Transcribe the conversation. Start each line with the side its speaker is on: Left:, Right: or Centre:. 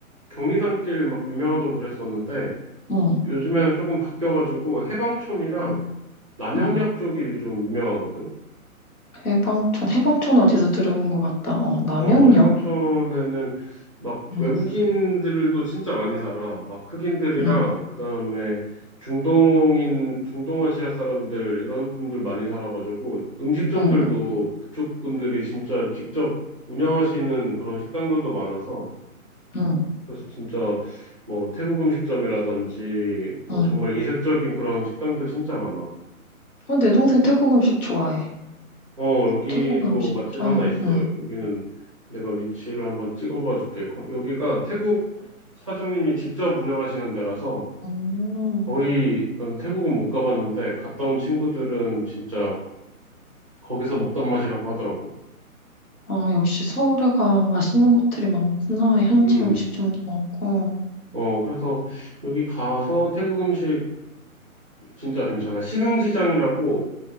Right: 경리단길 막 유명하다고 그랬었는데
Left: 응,
Right: 요즘에는 조금 바뀌어가지고 해방촌이랑
Left: 응,
Right: 남영역
Left: 응.
Right: 쪽이 좀 유명하거든.
Left: 해방촌, 해방촌 어디서 들어본 것 같다. 어, 남영역?
Right: 어, 해방촌에는 막
Left: 응,
Right: 외국인들도 진짜 많이 살아. 막 흑인들이랑
Left: 응,
Right: 그다음에 중동인, 중동아시아 사람들 이런 분들 많이 살아가지고 음식점들도
Left: 응, 응,
Right: 그쪽 분들이 진짜 직접 운영하시는 그런 식당들도 많아서
Left: 응,
Right: 그래서 진짜 뭐 태국 음식점이라든지 뭐
Left: 응.
Right: 정말 이색적인 그런 식당들 진짜 많아.
Left: 어, 내 동생 태국 음식 좋아해.
Right: 어, 여기도
Left: 태국 음식
Right: 맛집
Left: 참,
Right: 하나 있어요.
Left: 응.
Right: 여기는 내가 위치를 한번 찍어봐 줄게. 거- 여기가 태국 사장님이 직접 운영하시는 데라서
Left: 어,
Right: 거의 나는 태국은 못 가봤는데 갔다 온 친구들은 진짜 거기서 먹던 맛이라고 하더라고.
Left: 아, 역시 서울에 가 맛있는 곳들이 많구나. 현지
Right: 음,
Left: 음식점도 많고.
Right: 어, 그래서 여기 가서 태국 음식 진짜 괜찮아. 신흥시장이라고